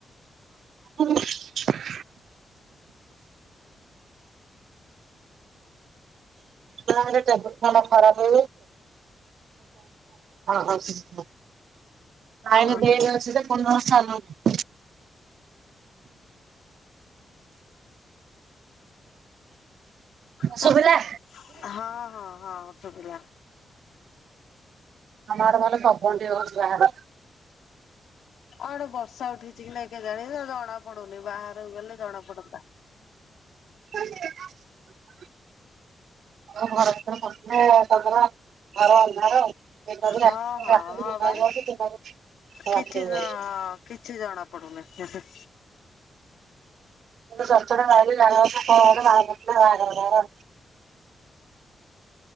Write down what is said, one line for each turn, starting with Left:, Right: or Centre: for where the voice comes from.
Right: <unintelligible> ନାଁ ଟେବୁଲ ଫ୍ୟାନ ଟା ଖରାପ ହେଇଯାଇଛି ଆଇନ
Left: ଓହୋ
Right: ବେଡ଼ ଅଛି ଯେ ଫୁଣି କଣ ଚାଲୁନି।
Left: ତାଙ୍କ
Right: ସୁଵିଲା।
Left: ହଁ ହଁ ହଁ ସୁଵିଲା।
Right: ଆମ ଆଡେ ଭଲ ପବନ ଟିକେ ହଉଚି ବାହାରେ।
Left: ଆଡେ ବର୍ଷା ଉଠେଇଛି କି ନାଇ କେଜାଣି ଜଣା ପଡୁନି ବାହାରେ କୁ ଗଲେ ଜଣା ପଡ଼ନ୍ତା।
Right: <inaudible> ଆମ ଘର ଭିତରେ ପଶିଲେ ପବନ ଘର ଅନ୍ଧାର। ଦିନ ବି
Left: ହଁ
Right: ରାତି
Left: ହଁ
Right: ରାତି ବି
Left: ହଁ
Right: ଦିନ
Left: ବା
Right: ହେଇଯାଉଛି ଦିନ ବି
Left: କିଛି
Right: ରାତି ହେଇଯାଉଛି।
Left: ହଁ କିଛି ଜଣା ପଡୁନି ହେଁ
Right: ଚଡ଼ଚଡି ମାଇଲେ ଲାଗେ ବାହାର ତମର